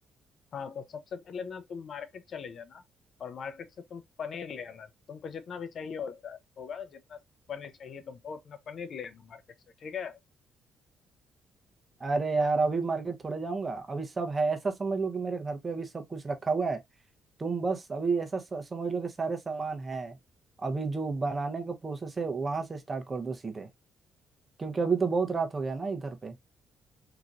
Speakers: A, on the left (about 60°); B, on the right (about 25°).
A: हाँ तो सबसे पहले ना तुम मार्केट चले जाना और मार्केट से तुम पनीर ले आना तुमको जितना भी चाहिए होता होगा जितना पनीर चाहिए तुमको उतना पनीर ले आना मार्केट से ठीक है
B: अरे यार अभी मार्केट थोड़े जाऊंगा अभी सब है ऐसा समझ लो कि मेरे घर पे अभी सब कुछ रखा हुआ है तुम बस अभी ऐसा स- समझ लो कि सारे सामान है अभी जो बनाने का प्रोसेस है वहां से स्टार्ट कर दो सीधे क्योंकि अभी तो बहुत रात हो गया ना इधर पे